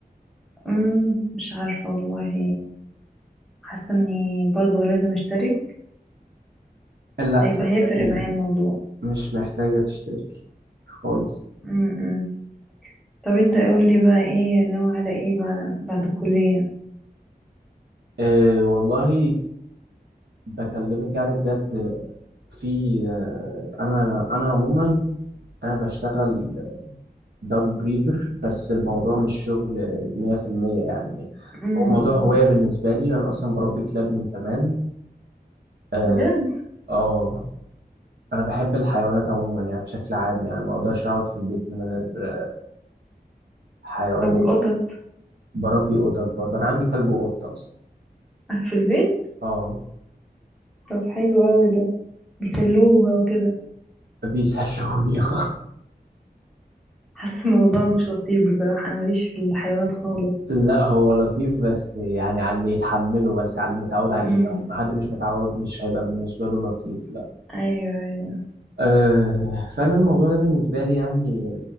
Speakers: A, in the centre; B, on the right (about 85°).
A: امم مش عارفة والله حاسة اني برضو لازم اشترك
B: لا
A: هيبقى
B: صدقني
A: هيفرق معايا الموضوع
B: مش محتاجة تشتركي خالص
A: امم طب انت قول لي بقى ايه ناوي على ايه بقى بعد الكلية
B: أه والله بكلمك يعني بجد في أه أنا أنا عموما أنا بشتغل دوج بريدر بس الموضوع مش شغل 100% يعني
A: امم
B: هو موضوع هواية بالنسبة لي أنا أصلا بربي كلاب من زمان آه,
A: بجد
B: آه أنا بحب الحيوانات عموما يعني بشكل عام يعني ما أقدرش أقعد في البيت من غير آه، حيوانات
A: طب والقطط
B: بربي قطط برضه أنا عندي كلب وقطة أصلا
A: في البيت
B: آه
A: طب حلو قوي ده بيسلوك بقى وكده
B: بيسلوني <laughs>
A: حاسة الموضوع مش لطيف بصراحة انا ماليش في الحيوانات خالص
B: لا هو لطيف بس يعني على اللي يتحمله بس على اللي متعود عليه
A: امم
B: لو حد مش متعود مش هيبقى بالنسبة له لطيف لا
A: ايوه
B: آه، فأنا الموضوع ده بالنسبة لي يعني